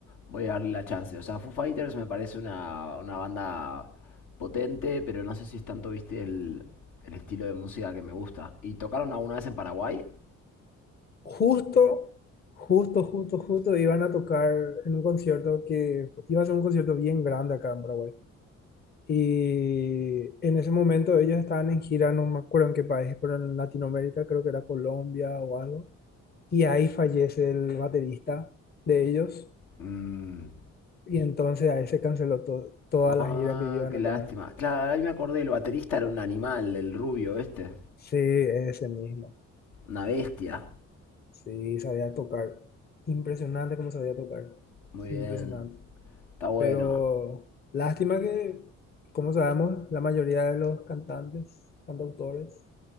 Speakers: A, on the left (about 85°); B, on the left (about 30°).
A: voy a darle la chance. O sea, Foo Fighters me parece una, una banda potente, pero no sé si es tanto, viste, el, el estilo de música que me gusta. ¿Y tocaron alguna vez en Paraguay?
B: Justo, justo, justo, justo iban a tocar en un concierto que iba a ser un concierto bien grande acá en Paraguay. Y en ese momento ellos estaban en gira, no me acuerdo en qué país, pero en Latinoamérica, creo que era Colombia o algo. Y ahí fallece el baterista de ellos.
A: Mm.
B: Y entonces ahí se canceló to- toda la
A: Ah,
B: gira que iban
A: qué
B: a
A: lástima.
B: tener.
A: Claro, ahí me acordé, el baterista era un animal, el rubio este.
B: Sí, ese mismo.
A: Una bestia.
B: Sí, sabía tocar. Impresionante cómo sabía tocar.
A: Muy bien.
B: Impresionante.
A: Está bueno.
B: Pero lástima que, como sabemos, la mayoría de los cantantes, cantautores,